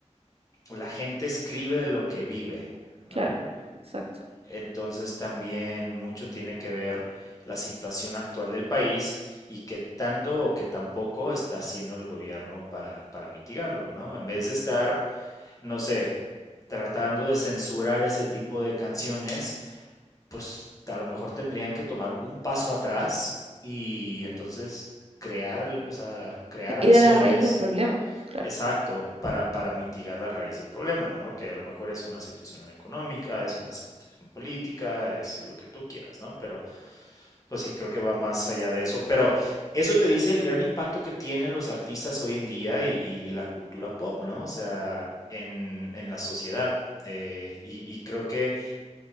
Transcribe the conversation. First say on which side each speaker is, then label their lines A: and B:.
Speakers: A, on the left; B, on the right.
A: la gente escribe de lo que vive, ¿no?
B: Claro, exacto.
A: Entonces también mucho tiene que ver la situación actual del país y qué tanto o qué tampoco está haciendo el gobierno para, para mitigarlo, ¿no? En vez de estar, no sé, tratando de censurar ese tipo de canciones, pues a lo mejor tendrían que tomar un paso atrás y entonces crear, o sea, crear
B: Era
A: acciones
B: la raíz del problema, claro.
A: Exacto, para, para mitigar la raíz del problema, ¿no? Que a lo mejor es una situación económica, es una situación política, es lo que tú quieras, ¿no? Pero pues sí, creo que va más allá de eso. Pero eso te dice el gran impacto que tienen los artistas hoy en día y, y la cultura pop, ¿no? O sea, en, en la sociedad. Eh, y, y creo que